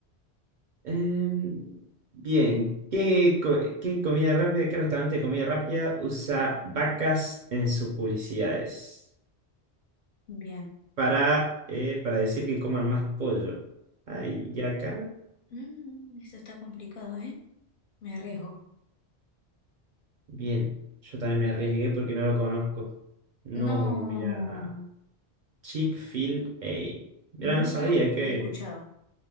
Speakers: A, on the right; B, on the left.
A: Em, bien, ¿qué, co- qué comida rápida, qué restaurante de comida rápida usa vacas en sus publicidades?
B: Bien.
A: para, eh, para decir que coman más pollo. Ay, y acá,
B: Mm, esto está complicado, ¿eh? Me arriesgo.
A: bien. Yo también me arriesgué porque no lo conozco. No,
B: No,
A: mira, Chick-fil-A. Mira,
B: nunca
A: no sabía que...
B: lo había escuchado.